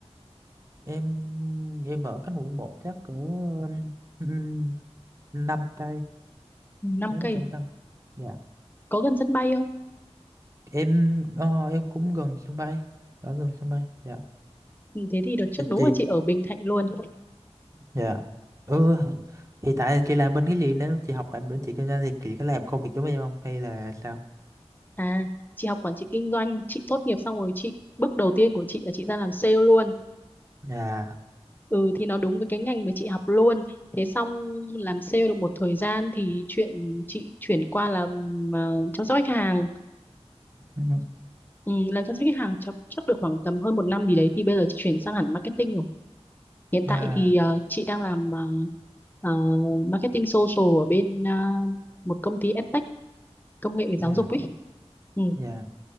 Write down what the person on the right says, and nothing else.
em em ở cánh quận một chắc cỡ um, năm cây,
đó là
trung
tâm. Dạ.
em ờ, em cũng gần sân bay ở gần sân bay dạ
Thì
chị
dạ ừ hiện tại chị làm bên cái gì nếu chị học ngành bên chị kinh doanh thì chị có làm công việc giống em không hay là sao
dạ
Ừ.
À,
dạ dạ
dạ